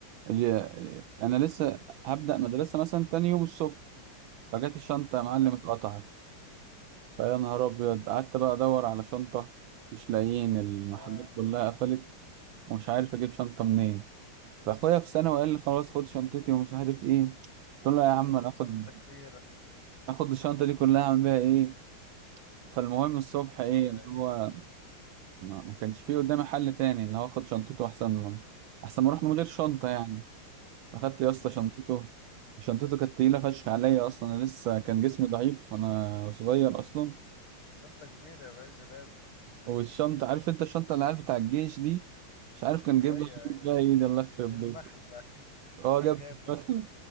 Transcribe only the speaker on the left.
<laughs>
ايوه
مم.
آه.
مم.
<laughs>
شنطه كبيره
ايوه
ايوه
مم.
بالظبط
<laughs>
شنطه كبيره يا باشا لازم
<laughs>
ايوه
ايوه
المخله
<laughs>
كان
جايب مخله